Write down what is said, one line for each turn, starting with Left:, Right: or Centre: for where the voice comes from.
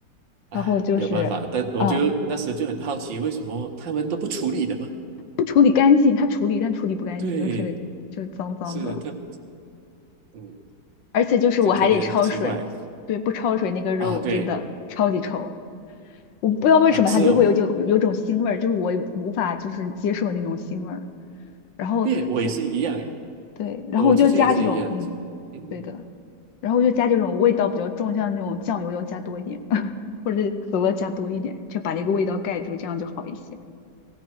Right: 唉，
Left: 然后就是啊、
Right: 没有办法，但我就那时就很好奇，为什么他们都不处理的吗？
Left: 不处理干净，它处理但处理不干净，
Right: 对，
Left: 就特别就是脏脏的，
Right: 是特，嗯，
Left: 而且就是我还得焯水，
Right: 就特别奇怪
Left: 对，不焯水那个肉真的超级臭，
Right: 啊。对
Left: 我不知道为什么它就会有有有种腥味儿，
Right: 啊，是哦，
Left: 就是我无法就是接受那种腥味儿。然后像
Right: 对，我也是一样诶，
Left: 对，然后我就加这种，
Right: 我之前也是一样子。
Left: 嗯，
Right: 嗯，
Left: 对的，然后我就加这种味道比较重，像那种酱油要加多一点，<laughs> 或者是可乐加多一点，就把那个味道盖住，这样就好一些。